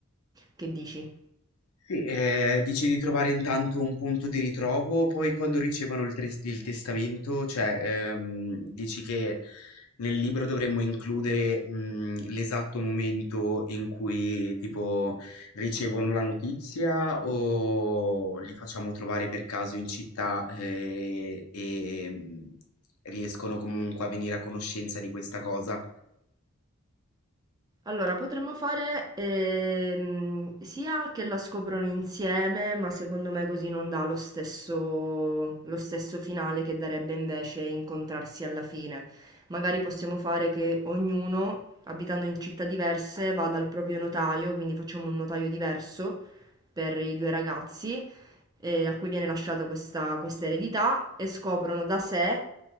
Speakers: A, on the right; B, on the left.
A: Che dici?
B: Sì, ehm, dici di trovare intanto un punto di ritrovo, poi quando ricevono il tris il testamento, cioè, ehm, dici che nel libro dovremmo includere, mhmm, l'esatto momento in cui tipo ricevono la notizia o li facciamo trovare per caso in città, ehm, e, mhmm, riescono comunque a venire a conoscenza di questa cosa?
A: Allora, potremmo fare ehm, sia che la scoprono insieme, ma secondo me così non dà lo stesso, lo stesso finale che darebbe invece incontrarsi alla fine. Magari possiamo fare che ognuno, abitando in città diverse, vada al proprio notaio, quindi facciamo un notaio diverso per i due ragazzi, eh, a cui viene lasciata questa, questa eredità, e scoprono da sé